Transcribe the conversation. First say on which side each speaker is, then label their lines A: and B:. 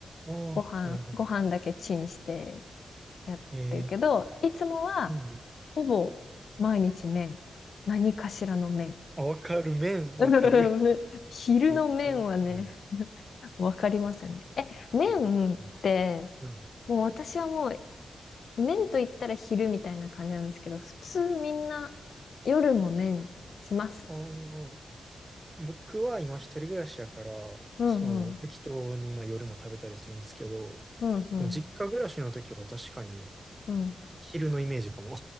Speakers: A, on the right; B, on the left.
A: ああ、
B: ご飯、
A: なるほど。
B: ご飯だけチンしてやってるけど、
A: え
B: いつもは
A: うん。
B: ほぼ毎日麺。何かしらの麺。
A: あ、わかる、麺、
B: <laughs>
A: わかる。
B: 昼の麺はね、
A: めっちゃわかる。
B: <laughs> わかりますよね。え、麺って、
A: めっちゃわかる。うん。
B: もう私はもう麺と言ったら昼みたいな感じなんですけど、普通みんな夜も麺します。
A: ああ、僕は今一人暮らしやから、
B: うんうん。
A: その適当に今夜も食べたりするんですけど、
B: うんうん。
A: でも実家暮らしの時は確かに
B: うん。
A: 昼のイメージかも。